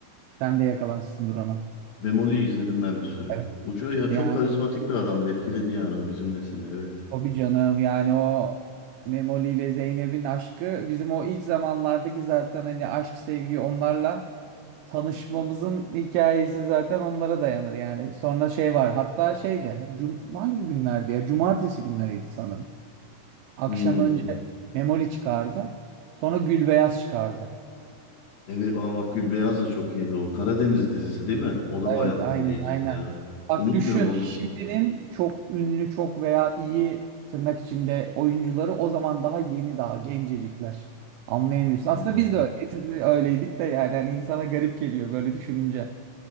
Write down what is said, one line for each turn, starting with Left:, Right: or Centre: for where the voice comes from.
Right: Sen de yakalamışsındır onu.
Left: Memoli'yi izledim ben bir süre.
Right: Evet.
Left: Ucu ya
Right: yani
Left: çok karizmatik bir adamdı. Etkiledi yani o bizim nesili. Evet.
Right: Tabii canım yani o Memoli ile Zeynep'in aşkı bizim o ilk zamanlardaki zaten hani aşk sevgi onlarla tanışmamızın hikayesi zaten onlara dayanır yani. Sonra şey var hatta şeyde cum hangi günlerdi ya cumartesi günleriydi sanırım. Akşam
Left: Hmm.
Right: önce Memoli çıkardı sonra Gülbeyaz çıkardı.
Left: Evet. Aa bak Gülbeyaz da çok iyiydi o. Karadeniz dizisi değil mi? O da
Right: Evet
Left: bayağı
Right: aynen
Left: etkileyiciydi
Right: aynen.
Left: ya.
Right: Bak
Left: Unutmuyorum
Right: düşün
Left: onu
Right: şimdinin
Left: da.
Right: çok ünlü çok veya iyi tırnak içinde oyuncuları o zaman daha yeni daha gencecikler. Anlayamıyorsun.
Left: Aynen.
Right: Aslında biz de öyleyiz. Biz de öyleydik de yani hani insana garip geliyor böyle düşününce.